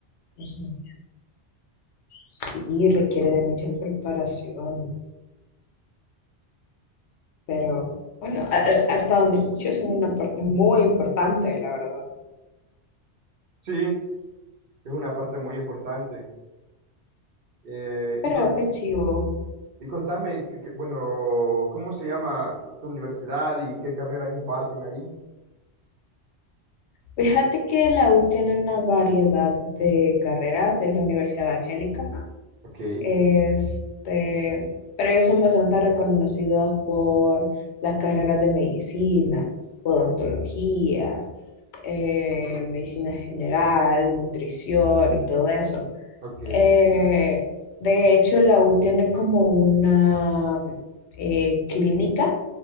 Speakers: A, on the left (about 80°); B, on the right (about 60°).
A: ujú. Sí, requiere de mucha preparación, pero bueno, a- a- hasta donde escucho es una parte muy importante, la verdad.
B: Sí, es una parte muy importante. Eh,
A: Pero
B: y con-
A: qué chivo.
B: Y contame, que- que- bueno, ¿cómo se llama tu tu universidad y qué carreras imparten ahí?
A: Fíjate que la U tiene una variedad de carreras, es la Universidad Evangélica,
B: Ok,
A: este, pero ellos son bastante reconocidos por las carreras de medicina, odontología, eh, medicina general, nutrición y todo eso.
B: ok,
A: Eh, de hecho, la U tiene como una eh, clínica